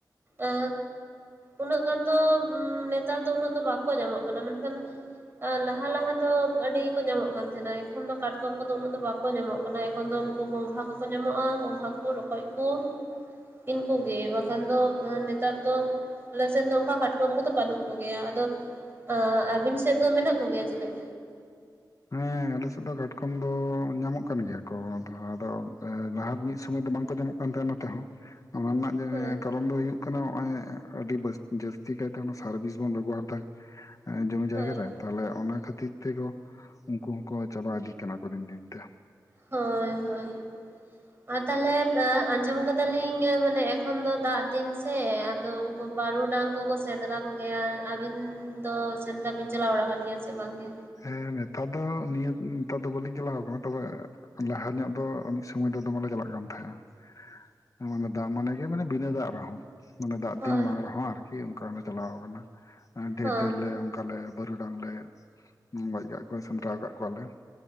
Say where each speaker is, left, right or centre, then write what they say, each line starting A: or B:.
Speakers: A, on the right; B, on the left.
A: ᱮ ᱩᱱᱟᱹᱜ ᱜᱟᱱ ᱫᱚ ᱩᱸ ᱱᱮᱛᱟᱨ ᱫᱚ ᱩᱱᱟᱹᱜ ᱫᱚ ᱵᱟᱠᱚ ᱧᱟᱢᱚᱜ ᱠᱟᱱᱟ ᱢᱮᱱᱠᱷᱟᱱ ᱟᱨ ᱞᱟᱦᱟ ᱞᱟᱦᱟ ᱫᱚ ᱟᱹᱰᱤ ᱠᱚ ᱧᱟᱢᱚᱜ ᱠᱟᱱ ᱛᱟᱦᱮᱸᱱᱟ ᱮᱠᱷᱚᱱ ᱫᱚ ᱠᱟᱴᱠᱚᱢ ᱠᱚᱫᱚ ᱩᱱᱟᱹᱜ ᱫᱚ ᱵᱟᱠᱚ ᱧᱟᱢᱚᱜ ᱚᱱᱟ ᱮᱠᱷᱚᱱ ᱫᱚ ᱩᱱᱠᱩ ᱜᱚᱸᱜᱷᱟ ᱠᱚᱠᱚ ᱧᱟᱢᱚᱜᱼᱟ ᱜᱚᱸᱜᱷᱟ ᱠᱚ ᱨᱚᱠᱚᱡ ᱠᱚ ᱤᱱᱠᱩ ᱜᱮ ᱵᱟᱠᱷᱟᱱ ᱫᱚ ᱮ ᱱᱮᱛᱟᱨ ᱫᱚ ᱟᱞᱮ ᱥᱮᱱ ᱫᱚ ᱚᱱᱠᱟ ᱠᱟᱴᱠᱚᱢ ᱠᱚᱫᱚ ᱵᱟᱹᱱᱩᱜ ᱠᱚᱜᱮᱭᱟ ᱟᱫᱚ ᱮᱸ ᱟᱹᱵᱤᱱ ᱥᱮᱫ ᱫᱚ ᱢᱮᱱᱟᱜ ᱠᱚᱜᱮᱭᱟ ᱪᱮᱞᱮᱫ?
B: ᱦᱮᱸ᱾ ᱟᱞᱮ ᱥᱮᱫ ᱫᱚ ᱠᱟᱴᱠᱚᱢ ᱫᱚ ᱧᱟᱢᱚᱜ ᱠᱟᱱ ᱜᱮᱭᱟ ᱠᱚ ᱟᱫᱟ ᱟᱫᱚ ᱞᱟᱦᱟ ᱢᱤᱫ ᱥᱚᱢᱚᱭ ᱫᱚ ᱵᱟᱝᱠᱚ ᱧᱟᱢᱚᱜ ᱠᱟᱱ ᱛᱟᱦᱮᱸᱜ ᱱᱚᱛᱮ ᱦᱚᱸ, ᱚᱱᱟ ᱨᱮᱱᱟᱜ ᱡᱮ
A: ᱦᱮᱸ
B: ᱠᱟᱨᱚᱱ ᱫᱚ ᱦᱩᱭᱩᱜ ᱠᱟᱱᱟ ᱦᱚᱸᱜᱼᱚᱭ ᱟᱹᱰᱤ ᱵᱟᱹᱥ ᱡᱟᱹᱥᱛᱤ ᱠᱟᱭᱛᱮ ᱚᱱᱟ ᱥᱟᱨ ᱵᱤᱥ ᱵᱚᱱ ᱵᱮᱵᱚᱦᱟᱨ ᱫᱟ ᱮᱸ ᱡᱚᱢᱤ ᱡᱟᱭᱜᱟ
A: ᱦᱳᱭ
B: ᱨᱮ ᱛᱟᱦᱚᱞᱮ ᱚᱱᱟ ᱠᱷᱟᱹᱛᱤᱨ ᱛᱮᱠᱚ ᱩᱱᱠᱩ ᱦᱚᱸᱠᱚ ᱪᱟᱵᱟ ᱤᱫᱤᱜ ᱠᱟᱱᱟ ᱠᱚ ᱫᱤᱱ ᱫᱤᱱ ᱛᱮ᱾
A: ᱦᱳᱭ ᱦᱳᱭ᱾
B: <inaudible>
A: ᱟᱨ ᱛᱟᱦᱞᱮ ᱟᱸᱡᱚᱢ ᱠᱟᱫᱟ ᱞᱤᱧ ᱢᱟᱱᱮ ᱮᱠᱷᱚᱱ ᱫᱚ ᱫᱟᱜ ᱫᱤᱱ ᱥᱮ ᱟᱫᱚ ᱵᱟᱹᱨᱩᱰᱟᱝ ᱠᱚ ᱠᱚ ᱥᱮᱸᱫᱽᱨᱟ ᱠᱚ ᱜᱮᱭᱟ ᱟᱹᱵᱤᱱ ᱫᱚ ᱥᱮᱱᱫᱟ ᱵᱤᱱ ᱪᱟᱞᱟᱣ ᱵᱟᱲᱟᱣ ᱠᱟᱱ ᱜᱮᱭᱟ ᱥᱮ ᱵᱟᱝ ᱜᱮ?
B: ᱦᱮᱸ ᱱᱮᱛᱟᱨ ᱫᱚ ᱱᱤᱭᱟᱹ ᱱᱮᱛᱟᱨ ᱫᱚ ᱵᱟᱹᱞᱤᱧ ᱪᱟᱞᱟᱣ ᱠᱟᱱᱟ ᱛᱚᱵᱮ ᱞᱟᱦᱟ ᱧᱚᱜ ᱫᱚ ᱢᱤᱫ ᱥᱚᱢᱚᱭ ᱫᱚ ᱫᱚᱢᱮ ᱞᱮ ᱪᱟᱞᱟᱜ ᱠᱟᱱ ᱛᱟᱦᱮᱸᱜᱼᱟ᱾ ᱦᱮᱸ ᱢᱟᱱᱮ ᱫᱟᱜ ᱢᱟᱱᱮ ᱜᱮ ᱢᱟᱱᱮ ᱵᱤᱱᱟᱹ ᱫᱟᱜ ᱨᱮᱦᱚᱸ᱾ ᱢᱟᱱᱮ ᱫᱟᱜ
A: ᱦᱳᱭ
B: ᱫᱤᱱ ᱵᱟᱝ ᱨᱮ ᱦᱚᱸ ᱟᱨᱠᱤ ᱚᱝᱠᱟ ᱦᱚᱸᱞᱮ ᱪᱟᱞᱟᱣ ᱠᱟᱱᱟ, ᱮ ᱰᱷᱮᱨ
A: ᱦᱳᱭ
B: ᱰᱷᱮᱨ ᱞᱮ ᱚᱝᱠᱟ ᱞᱮ ᱵᱟᱹᱨᱩᱰᱟᱝ ᱞᱮ ᱜᱚᱡ ᱠᱟᱜ ᱠᱚᱣᱟ ᱥᱮᱸᱫᱽᱨᱟᱣ ᱠᱟᱜ ᱠᱚᱣᱟᱞᱮ